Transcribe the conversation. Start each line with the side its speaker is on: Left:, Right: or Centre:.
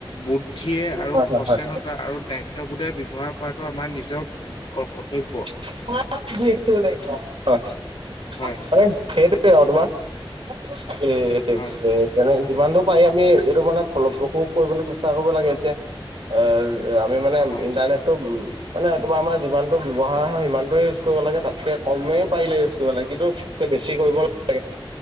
Left: বুদ্ধিয়ে আৰু
Right: হয় হয়
Left: সচেনতা
Right: হয়
Left: আৰু দায়িত্ব বোধে ব্যৱহাৰ কৰাটো আমাৰ নিজৰ কৰ্তব্য।
Right: <unintelligible>
Left: হয়
Right: সেইটোৱে <unintelligible>
Left: হয়
Right: তেনেকে যিমানটো পাৰি আমি এইটো মানে ফলপ্ৰসু কৰিবলে চেষ্টা কৰিব লাগে এতিয়া আ আমি মানে
Left: হয়
Right: ইণ্টাৰনেটটো উম মানে তোমাৰ আমাৰ যিমানটো ব্যৱহাৰ হয় সিমানটোৱে ইউজ কৰিব লাগে তাতকে কমেই পাৰিলে ইউজ কৰিব লাগে। কিন্তু তাতকে বেছি কৰিব নালাগে